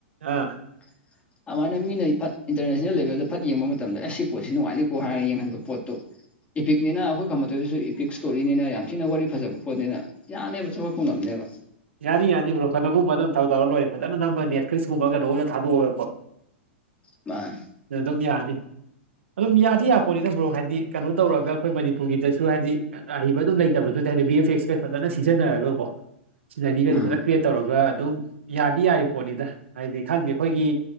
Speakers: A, on the right (about 75°); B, on the left (about 20°).
A: ꯑꯥ꯫
B: <inaudible> ꯑꯃꯥꯏꯅ ꯃꯤꯅ ꯐꯠ ꯏꯟꯇꯔꯅꯦꯁꯅꯦꯜ ꯂꯦꯚꯦꯜꯗ ꯐꯠ ꯌꯦꯡꯕ ꯃꯇꯝꯗ ꯑꯦ ꯁꯤ ꯄꯣꯠꯁꯤ ꯅꯨꯡꯉꯥꯏꯅꯤꯀꯣ ꯍꯥꯏꯔꯒ ꯌꯦꯡꯍꯟꯕ ꯄꯣꯠꯇꯨ ꯏꯐꯤꯛꯅꯤꯅ ꯑꯈꯣꯏ ꯀꯃꯇꯗꯁꯨ ꯏ ꯄꯤꯛ ꯏꯁꯇꯣꯔꯤꯅꯤꯅ ꯌꯥꯝ ꯊꯤꯅ ꯋꯥꯔꯤ ꯐꯖꯕ ꯄꯣꯠꯅꯤꯅ ꯌꯥꯅꯦꯕ ꯆꯥꯎꯈꯠꯄ ꯉꯝꯅꯦꯕ꯫
A: ꯌꯥꯅꯤ ꯌꯥꯅꯤ ꯕ꯭ꯔꯣ ꯀꯅꯒꯨꯝꯕ ꯑꯗꯨꯝ ꯊꯕꯛ ꯇꯧꯔ ꯂꯣꯏꯔ ꯐꯖꯅ ꯅꯝꯕ ꯅꯦꯠꯐꯂꯤꯛꯁꯀꯨꯝꯕ ꯀꯩꯅꯣꯒꯨꯝ ꯊꯥꯗꯣꯛꯑꯒ ꯀꯣ꯫
B: ꯃꯥꯅꯤ꯫
A: ꯑꯗꯨꯝ ꯌꯥꯅꯤ ꯑꯗꯨꯝ ꯌꯥꯗꯤ ꯌꯥꯄꯣꯠꯅꯤꯗ ꯕ꯭ꯔꯣ ꯍꯥꯏꯗꯤ ꯀꯩꯅꯣ ꯇꯧꯔꯒ ꯑꯩꯈꯣꯏ ꯃꯅꯤꯄꯨꯔꯒꯤꯗꯁꯨ ꯍꯥꯏꯗꯤ ꯑꯍꯩꯕ ꯑꯗꯨꯝ ꯂꯩꯇꯕꯗꯨ ꯗ ꯍꯥꯏꯗꯤ ꯕꯤ ꯑꯦꯐ ꯑꯦꯛꯁꯀ ꯐꯖꯅ ꯁꯤꯖꯤꯟꯅꯔꯒ ꯀꯣ ꯁꯤꯅꯔꯤꯒꯁꯦ
B: ꯎꯝ
A: ꯐꯖꯅ ꯀ꯭ꯔꯤꯌꯦꯠ ꯇꯧꯔꯒ ꯑꯗꯨꯝ ꯌꯥꯗꯤ ꯌꯥꯔꯤ ꯄꯣꯠꯅꯤꯗ ꯍꯥꯏꯗꯤ ꯈꯪꯗꯦ ꯑꯩꯈꯣꯏꯒꯤ